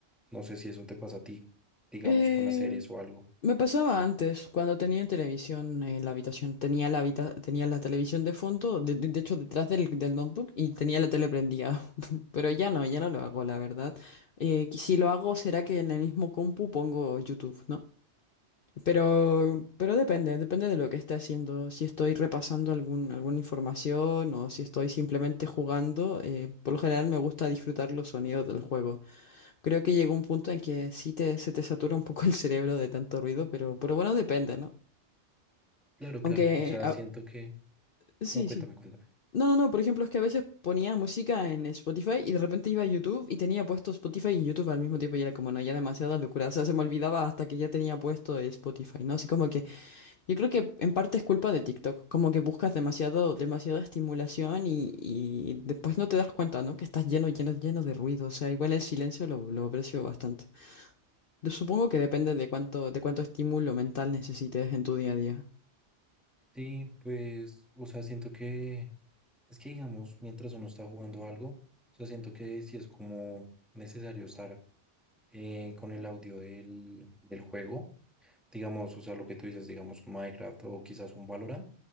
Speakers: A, in the centre; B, on the left (about 55°).
A: No sé si eso te pasa a ti, digamos,
B: Eh,
A: con las series o algo.
B: Me pasaba antes, cuando tenía televisión en la habitación, tenía la, habita- tenía la televisión de fondo, de, de- de hecho detrás del, del notebook y tenía la tele prendida, <laughs> pero ya no, ya no lo hago, la verdad. Eh, que si lo hago será que en el mismo compu pongo YouTube, ¿no? Pero, pero depende, depende de lo que esté haciendo, si estoy repasando algún, alguna información o si estoy simplemente jugando, eh, por lo general me gusta disfrutar los sonidos del juego. Creo que llegó un punto en que sí te, se te satura un poco el cerebro de tanto ruido, pero, pero bueno, depende, ¿no?
A: Claro,
B: Aunque,
A: claro. O sea,
B: ah,
A: siento que
B: sí,
A: No, cuéntame,
B: sí.
A: cuéntame.
B: No, no, no, por ejemplo, es que a veces ponía música en Spotify y de repente iba a YouTube y tenía puesto Spotify y YouTube al mismo tiempo y era como, no, ya demasiada locura. O sea, se me olvidaba hasta que ya tenía puesto Spotify, ¿no? Así como que yo creo que en parte es culpa de TikTok, como que buscas demasiado, demasiada estimulación y, y después no te das cuenta, ¿no? Que estás lleno, lleno, lleno de ruido. O sea, igual el silencio lo, lo aprecio bastante. Yo supongo que depende de cuánto, de cuánto estímulo mental necesites en tu día a día.
A: Sí, pues, o sea, siento que es que, digamos, mientras uno está jugando algo, o sea, siento que sí es como necesario estar eh, con el audio del, del juego, digamos, o sea, lo que tú dices, digamos, un Minecraft o quizás un Valorant,